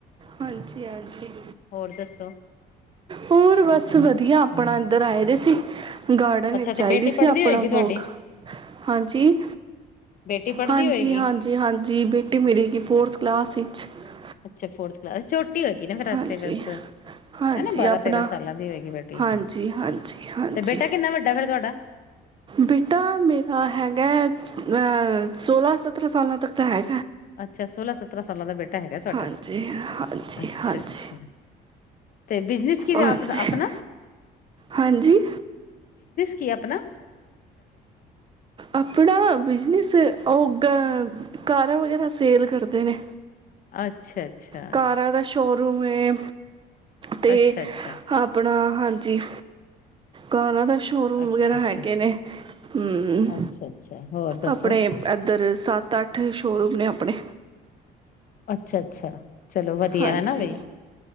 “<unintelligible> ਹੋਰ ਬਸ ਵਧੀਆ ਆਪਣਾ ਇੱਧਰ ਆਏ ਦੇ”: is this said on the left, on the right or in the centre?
Right